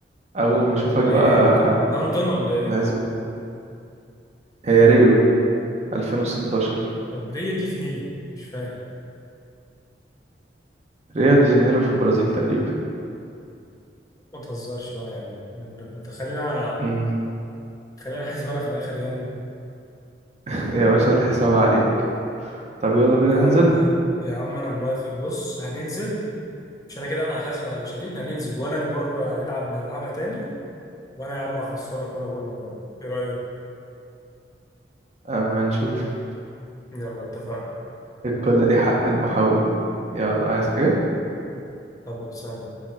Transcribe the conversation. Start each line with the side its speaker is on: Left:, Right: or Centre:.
Right: أول ما أشوفك
Left: طب ايه
Right: بقى
Left: مت... لندن ولا ايه
Right: العزومة هي ريو 2016
Left: طب ريو دي فين؟ مش فاهم
Right: ريو دي جانيرو في البرازيل تقريبا
Left: ما تهزرش بقى يا عم انت خلينا
Right: مم.
Left: خلينا احاسب انا في الاخر يعني
Right: <laughs> يا باشا الحساب عليك طب يلا بينا
Left: يا عم
Right: ننزل
Left: يا عم انا موافق بص هننزل مش انا كده انا هحاسب على المشاريب هننزل وانا المره هنلعب اللي هنلعبها تاني وانا يا عم هخسرك وانا بقول لك اهو ايه رايك؟
Right: أما نشوف
Left: يلا اتفقنا
Right: الكل ليه حق المحاولة يلا عايز حاجة
Left: طب سلام